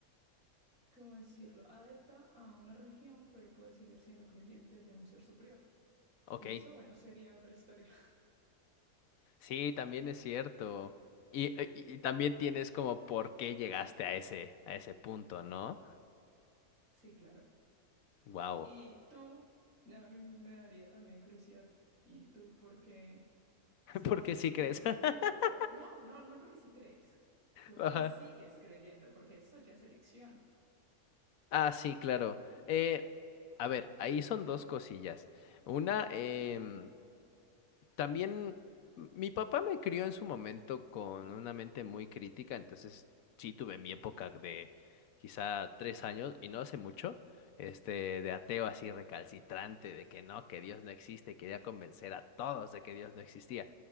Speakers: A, on the right; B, on the left.
A: ¿cómo decirlo?, adepta a una religión, pero puede seguir siendo creyente de un ser superior.
B: Ok,
A: Y eso, bueno, sería otra historia.
B: sí, también es cierto. Y, eh, y- y también tienes como por qué llegaste a ese, a ese punto, ¿no?
A: Sí, claro.
B: Wow.
A: Y tú, a mí me daría también curiosidad. ¿Y tú por qué
B: <laughs>
A: sigues
B: ¿Por qué
A: creyendo?
B: sí crees? <laughs>
A: No, no, no porque sí crees. ¿Por
B: Ajá.
A: qué sigues creyendo? Porque esto ya es elección,
B: Ah, sí, claro. Eh, a ver, ahí son dos cosillas. Una, em, También mi papá me crió en su momento con una mente muy crítica, entonces sí tuve mi época de quizá tres años y no hace mucho, este, de ateo así recalcitrante, de que no, que Dios no existe, y quería convencer a todos de que Dios no existía.